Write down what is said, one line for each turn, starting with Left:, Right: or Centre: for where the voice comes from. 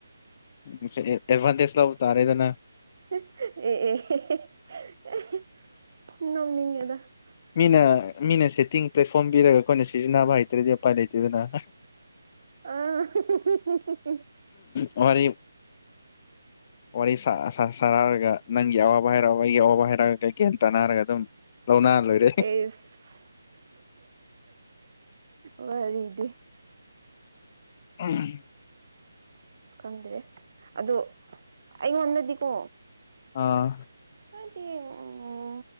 Left: ꯉꯁꯤ ꯑꯦ ꯑꯦꯗꯚꯥꯟꯇꯦꯖ ꯂꯧꯕ ꯇꯥꯔꯦꯗꯅ
Right: <unintelligible>
Left: ꯃꯤꯅ ꯃꯤꯅ ꯁꯦꯠꯇꯤꯡ ꯄ꯭ꯂꯦꯠꯐꯣꯝ ꯄꯤꯔꯒ ꯑꯩꯈꯣꯏꯅ ꯁꯤꯖꯤꯟꯅꯕ ꯍꯩꯇ꯭ꯔꯗꯤ ꯎꯄꯥꯏ ꯂꯩꯇꯦꯗꯅ
Right: <unintelligible>
Left: ꯃꯕꯅꯤ ꯋꯥꯔꯤ ꯁꯥ ꯁꯥ ꯁꯥꯅꯔꯒꯒ ꯅꯪꯒꯤ ꯑꯋꯥꯕ ꯍꯥꯏꯔꯛꯑꯣ ꯑꯩꯒꯤ ꯑꯋꯥꯕ ꯍꯥꯏꯔꯛꯑꯒ ꯀꯩ ꯒꯌꯥꯟ ꯇꯥꯟꯅꯔꯒ ꯑꯗꯨꯝ ꯂꯧꯅ ꯂꯣꯏꯔꯦ
Right: ꯑꯦꯁ ꯋꯥꯍꯩꯗꯤ
Left: <unintelligible>
Right: ꯑꯁ ꯈꯪꯗ꯭ꯔꯦ ꯑꯗꯣ ꯑꯩꯉꯣꯟꯗꯗꯤꯀꯣ
Left: ꯑꯥ
Right: ꯑꯗꯤ ꯎꯝ